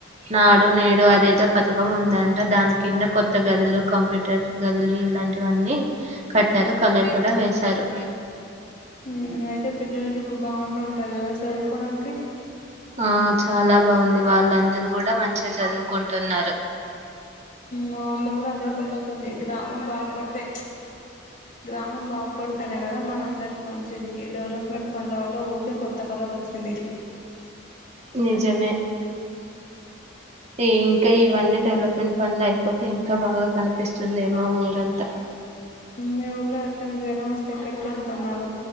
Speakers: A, on the right; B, on the left.
A: నాడు నేడు అదేదో ప థకం ఉందంట దాని కింద కొత్త గదులు కంప్యూటర్ గదులు ఇలాంటివన్నీ కట్టారు కలర్ కూడా వేశారు
B: హ్మ్ అయితే పిల్లలకి ఇప్పుడు బాగుండు ఉంటది కదా చదువుకోవడానికి
A: ఆ చాలా బాగుంది వాళ్ళందరూ కూడా మంచిగా చదువుకుంటున్నారు
B: మా ఊర్లో గూడా అదే జరుగుతుంది గ్రామం బాగుపడితే గ్రామం బాగుపడుతేనే కదా మన అందరికి మంచిది ఈ డెవలప్మెంట్ పనుల వల్ల ఊరికే కొత్త కళ వచ్చింది
A: నిజమే ఇంకా ఇవన్నీ డెవలప్మెంట్ ఫన్లు అయిపోతే ఇంకా బాగా కనిపిస్తుందమో ఊరంతా
B: మీ ఊర్లో ఎవరికన్నా జ్వ మస్త ఎక్కడికి వెళ్తున్నారు